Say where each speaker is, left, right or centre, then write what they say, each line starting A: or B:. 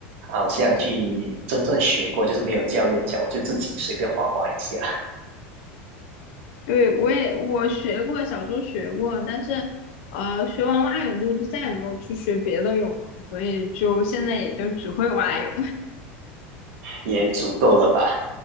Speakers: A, on the right (about 70°); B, on the left (about 70°).
A: 好像去真正学过，就是没有教练教，我就自己随便划划一下，
B: <laughs> 对，我也我学过，小时候学过，但是呃，学完蛙泳之后就再也没有去学别的泳了，所以就现在也就只会蛙泳，
A: 也足够了吧。